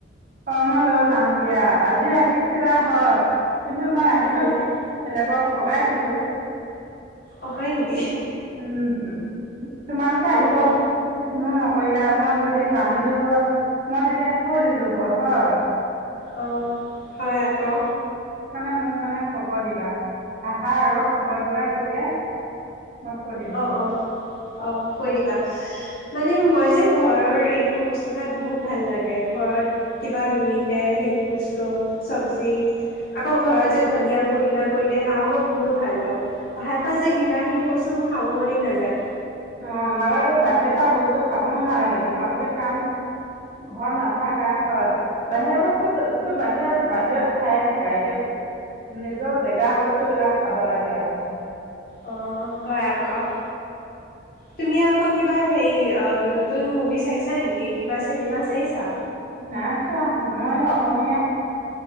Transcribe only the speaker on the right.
অ' মই লৈ যায় দিয়া, আজি আহিছিলা হয় কিন্তু মই ৰাতিপুৱা
চ বেলেগক ভগাই দিলোঁ।
উম হম তোমালোকে আহিব
বুলি কোনো নক কৰিলা মই যদি জানিলো হয় মই তেতিয়া থৈ দিলো হয় হয়।
সেইটো কাৰণে মোক মানে খবৰ দিবা, আহা আগত খবৰ দিবা তেতিয়া মই থৈ দিম
অ' নালাগে বাহিৰৰ পৰা বস্তু খাবও নালাগে, তোমালোকে কাৰণ ঘৰত নাথাকা হয় বাহিৰা বস্তুো বাহিৰত বাহিৰত খায়ে থাকা এতিয়া নিজৰ জেগা বস্তুবলাক খাব লাগে আৰু।
নাই চোৱা মই অসমীয়া